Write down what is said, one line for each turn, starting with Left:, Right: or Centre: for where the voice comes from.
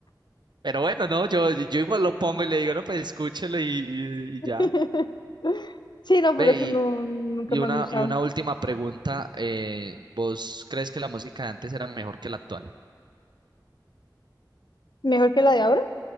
Right: Pero bueno, no, yo, yo igual lo pongo y le digo, no, pues escúchelo y, y- y
Left: <laughs>
Right: ya.
Left: Sí, no, por
Right: Ve,
Left: eso
Right: y,
Left: no, nunca
Right: y
Left: me
Right: una,
Left: ha gustado.
Right: y una última pregunta. eh, ¿vos crees que la música de antes era mejor que la actual?
Left: Mejor que la de ahora.